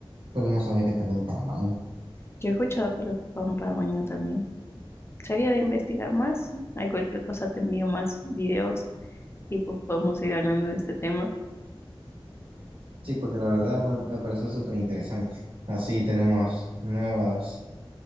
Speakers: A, on the right; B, on the left.
A: pero no sabía que también para baño.
B: Yo he escuchado que lo ocupaban para baño también. Sería de investigar más. ¿no? Hay cualquier cosa, te envío más videos y pues podemos ir hablando de este tema.
A: Sí, porque la verdad me, me parece súper interesante. Así tenemos nuevas,